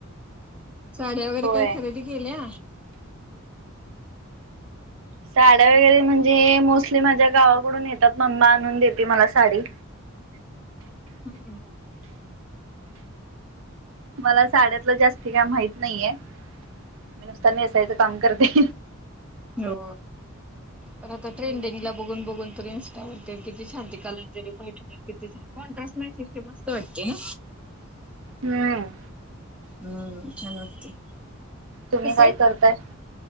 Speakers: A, in the centre; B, on the right.
A: साड्या वगैरे
B: होय
A: काही खरेदी केल्या
B: साड्या वगैरे म्हणजे मोस्टली माझ्या गावाकडून येतात मम्मा आणून देते मला साडी
A: हम्म
B: मला साड्यातलं जास्त काय माहित नाहीये मी निस्ता नेसायचं काम करते
A: हो पर
B: हम्म
A: तर ट्रेंडिंगला बघून बघून तरी त्यावरती किती छांती कालाजरी बैठण्यावर किती छान कॉन्ट्रास्ट नाही मस्त वाटते ना
B: हम्म
A: हम्म छान वागते
B: तुम्ही
A: कस
B: काय करताय